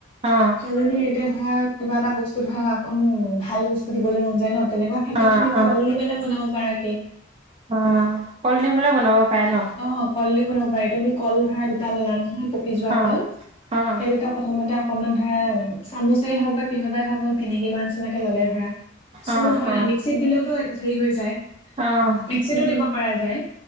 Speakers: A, on the right; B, on the left.
A: অ',
B: ছোৱালী জনী এতিয়া ধৰা কিবা এটা বস্তু ধৰা অকণ ভাল বস্তু দিবলৈ মন যায় ন। তেনেকুৱা ক্ষেত্ৰত
A: অ',
B: তুমি
A: অ',
B: কল দি পেলাই বনাব পাৰা। কেক।
A: অ' কল দি বুলে বনাব পাৰে ন?
B: অ' কল দি দিও বনাব পাৰে তুমি কল ধৰা দুটা ল'লা নহয়। পকি যোৱা
A: অ',
B: কল,
A: অ',
B: সেই দুটা প্ৰথমতে অকণমান ধৰা চামুচে হওক বা কিহবাই হওক সেনেকি লোৱা নিছ ছিনাকে ললে ধৰা স্মুথ
A: অ',
B: হয়
A: অ',
B: না মিক্সিত দিলেওতো সেই হৈ যায়।
A: অ',
B: মিক্সিটো দিব পৰা যায়